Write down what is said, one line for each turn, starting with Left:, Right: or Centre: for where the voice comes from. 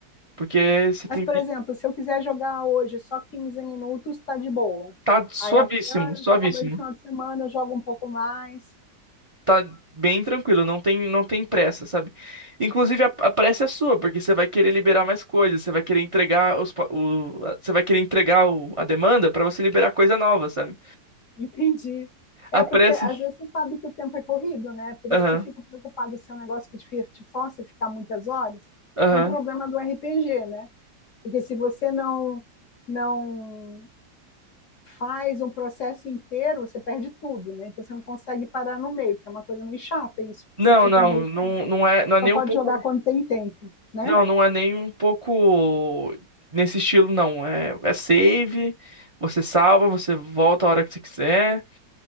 Right: Porque você tem
Left: Mas, por
Right: que.
Left: exemplo, se eu quiser jogar hoje só 15 minutos, tá de boa.
Right: Tá suavíssimo,
Left: Aí amanhã
Right: suavíssimo.
Left: eu jogo, aí no final de semana eu jogo um pouco mais.
Right: Tá bem tranquilo, não tem, não tem pressa, sabe? Inclusive, a, a pressa é sua, porque você vai querer liberar mais coisas, você vai querer entregar os, pa- o, a- você vai querer entregar o- a demanda pra você liberar coisa nova, sabe?
Left: <laughs> Entendi.
Right: A
Left: É
Right: pressa.
Left: porque às vezes você sabe que o tempo é corrido, né? Por
Right: Aham,
Left: isso que eu fico preocupada se é um negócio que te fi- te força a ficar muitas horas,
Right: aham.
Left: se é um problema do RPG, né? Porque se você não não faz um processo inteiro, você perde tudo, né? Então você não consegue parar no meio, porque é uma coisa meio chata isso.
Right: Não,
Left: Você fica
Right: não,
Left: meio
Right: não, não é, não é nem
Left: só pode
Right: um pouco.
Left: jogar quando tem tempo, né?
Right: Não, não é nem um pouco nesse estilo, não. É, é save, você salva, você volta a hora que você quiser.